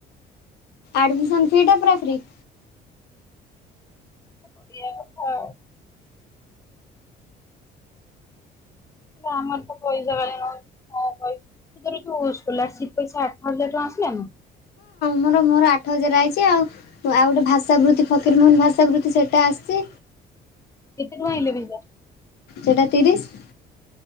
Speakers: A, on the left; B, on the left.
A: ଆଡମିସନ ଫି ଟା ଫ୍ରି।
B: ଆ ହଁ <unintelligible> ଆମର ତ ପଇସା ବା ନ କ <unintelligible> ଯୋଉ ସ୍କଲାରସିପ୍ ପଇସା ଆଠ ହଜାର ଟଙ୍କା ଆସିଲାନି।
A: ତୁୋର ମୋର ଆଠ ହଜାର ଆଇଛି ଆଉ ଆଉ ଗୋଟେ ଭାଷାାବୃତ୍ତି ଫକୀରମୋହନ ଭାଷାାବୃତ୍ତି ସେଇଟା ଆସିଛି।
B: କେତେ କଣ ଆଁଲେ ଭା <unintelligible>
A: ସେଟା ତିରିଶ।